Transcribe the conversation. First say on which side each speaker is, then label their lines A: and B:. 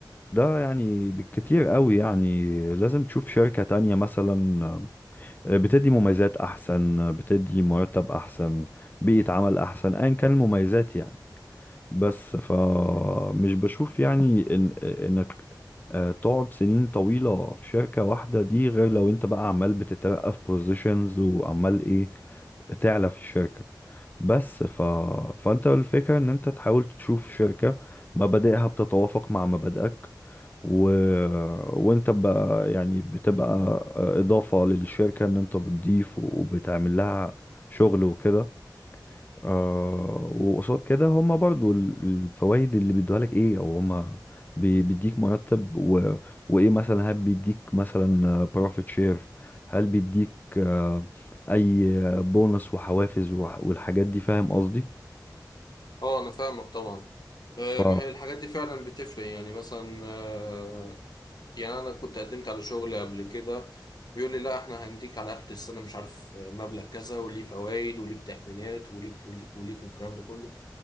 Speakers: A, on the left; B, on the left.
A: ده يعني بالكتير قوي يعني لازم تشوف شركة تانية مثلا بتدي مميزات احسن بتدي مرتب احسن بيئة عمل احسن ايا كان المميزات يعني بس فمش بشوف يعني إن انك آه، تقعد سنين طويلة في شركة واحدة دي غير لو انت بقى عمال بتترقى في بوزيشنز وعمال ايه تعلى في الشركة بس ف... فانت الفكرة ان انت تحاول تشوف شركة مبادئها بتتوافق مع مبادئك و... وانت بقى يعني بتبقى اضافة للشركة ان انت بتضيف وبتعمل لها شغل وكده آه وقصاد كده هما برضو ال- الفوائد اللي بيدوها لك ايه او هما بي- بيديك مرتب و... وايه مثلا هل بيديك مثلا بروفيت شير هل بيديك آه اي بونص وحوافز وح... والحاجات دي فاهم قصدي
B: اه انا فاهمك طبعا آه،
A: ف
B: ما هي الحاجات دي فعلا بتفرق يعني مثلا آه، يعني انا كنت قدمت على شغل قبل كده بيقول لي لا احنا هنديك على اخر السنه مش عارف آه، مبلغ كذا وليه فوائد وليك تأمينات وليك وليك وليك والكلام ده كله